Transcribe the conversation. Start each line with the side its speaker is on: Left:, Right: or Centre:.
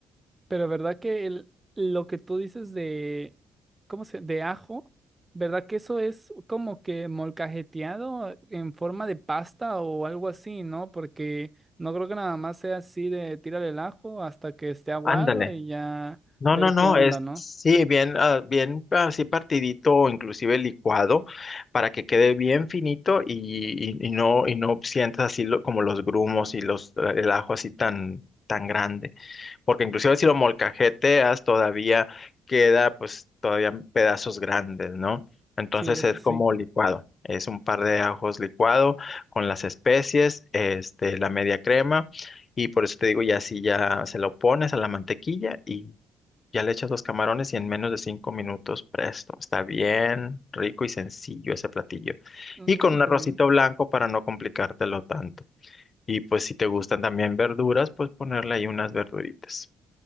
Right: Pero verdad que el, lo que tú dices de, ¿cómo se? De ajo, ¿verdad que eso es como que molcajeteado en forma de pasta o algo así, ¿no? Porque no creo que nada más sea así de tirar el ajo hasta que esté aguado
Left: Ándale.
Right: y ya
Left: No,
Right: ver
Left: no, no,
Right: qué onda,
Left: es
Right: ¿no?
Left: sí, bien, ah, bien así partidito o inclusive licuado para que quede bien finito y, y- y no, y no sientas así lo- como los grumos y los, el ajo así tan, tan grande. porque inclusive si lo molcajeteas todavía queda pues todavía pedazos grandes, ¿no? Entonces
Right: Sí, eso
Left: es
Right: sí,
Left: como licuado, es un par de ajos licuado con las especies, este, la media crema y por eso te digo ya si ya se lo pones a la mantequilla y ya le echas los camarones y en menos de cinco minutos presto, está bien rico y sencillo ese platillo
Right: Mm,
Left: y con
Right: súper
Left: un arrocito
Right: bien,
Left: blanco para no complicártelo tanto. Y pues si te gustan también verduras, pues ponerle ahí unas verduritas.